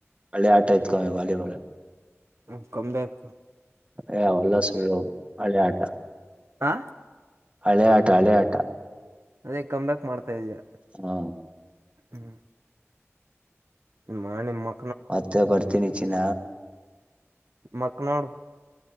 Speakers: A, on the right (about 25°); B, on the right (about 65°).
A: ಹಳೆ ಆಟ ಇತ್ಕಮ್ಮಿ ವಾಲಿಬಾಲ್
B: ಹ ಕಮ್ಯಾಕ್
A: ಯಾವ ಒಲ್ಲ ಸುಳ್ಳ ಒಳ್ಳೆ ಆಟ
B: ಹಾ
A: ಹಳ ಆಟ ಹಳೆಯ ಆಟ
B: ಅದೇ ಕಮ್ ಬ್ಯಾಕ್ ಮಾಡ್ತಾ ಇದಯಾ
A: ಹ್ಮ
B: ಹ್ಮ್ ಮಳೆ ಮ
A: ಮತ್ತೆ ಬರ್ತೀನಿ ಚಿನ
B: ಮಕ್ಕನಳ